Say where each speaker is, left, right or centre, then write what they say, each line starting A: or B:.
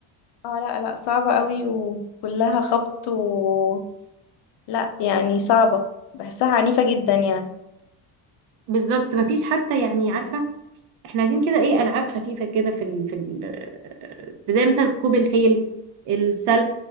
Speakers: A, on the left; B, on the right.
A: اه لا لا صعبة قوي وكلها خبط و لا يعني صعبة بحسها عنيفة جدا يعني
B: بالظبط مفيش حتى يعني عارفه احنا عايزين كده ايه العاب خفيفه كده في ال... في ال... زي مثلا ركوب الخيل السله